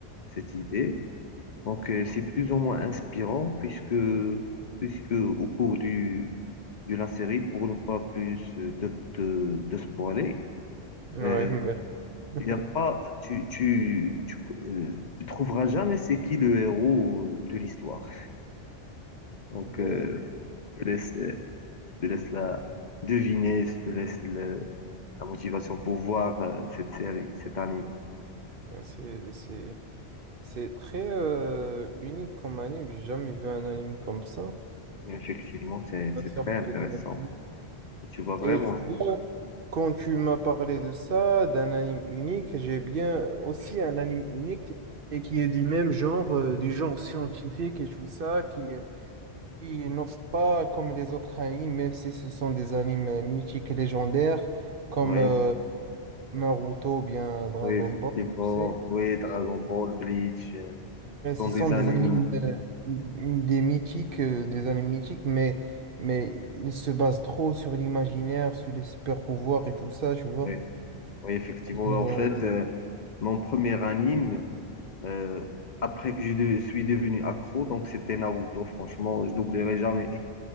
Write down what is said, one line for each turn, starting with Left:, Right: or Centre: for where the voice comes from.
Left: cette idée. Donc euh, c'est plus ou moins inspirant puisque, puisque au cours du, de la série, pour ne pas plus euh, te, te, te spoiler,
Right: ouais,
Left: euh,
Right: mais, <laughs>
Left: il n'y a pas, tu, tu, tu, euh, tu trouveras jamais c'est qui le héros de l'histoire. Donc,
Right: mais
Left: euh, Je te laisse, euh, je te laisse la deviner, je te laisse le- la motivation pour voir euh, cette série, cet anime.
Right: euh, c'est, c'est, c'est très euh, unique comme anime. J'ai jamais vu un anime comme ça.
Left: Et Effectivement, c'est
Right: Ça
Left: c'est
Right: sort
Left: très
Right: un
Left: intéressant.
Right: peu de l'ordinaire.
Left: Tu vois vraiment.
Right: Et tu
Left: aimer.
Right: vois, quand tu m'as parlé de ça, d'un anime unique, j'ai bien aussi un anime unique et qui est du même genre, euh, du genre scientifique et tout ça, qui, qui n'offre pas comme les autres animes, même si ce sont des animes euh, mythiques et légendaires, comme
Left: Oui,
Right: euh, Naruto ou bien Dragon
Left: oui, effectivement.
Right: Ball, tu sais.
Left: Oui, Dragon Ball, Bleach, euh,
Right: Et
Left: sont
Right: ce
Left: des
Right: sont des
Left: animes.
Right: animes, euh, m- des mythiques, euh, des animes mythiques, mais, mais ils se basent trop sur l'imaginaire, sur les super pouvoirs et tout ça, tu vois.
Left: Oui, oui, effectivement.
Right: Euh,
Left: En fait, euh, mon premier anime, euh, après que je de- suis devenu accro, donc c'était Naruto. Franchement, je n'oublierai jamais.